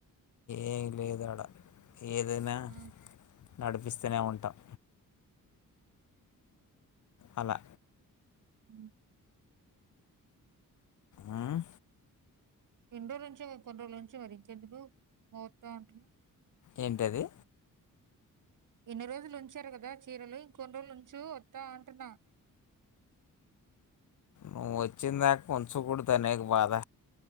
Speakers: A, on the left (about 60°); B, on the right (about 65°).
A: ఏ లేదడ ఏదైనా
B: ఉమ్,
A: నడిపిస్తూనే ఉంటాం అలా
B: అ
A: ఉమ్
B: ఇండోర్ నుంచిప్పండో నుంచి వరించెం బ మూర్త అంటున్నా
A: ఏంటది
B: ఇన్ని రోజులు ఉంచారు కదా చీరలు ఇంకొన్ని రోజులుంచు వత్తా అంటున్నా
A: నువ్వు వచ్చిన దాకా ఉంచకూడదు అనేక బాధ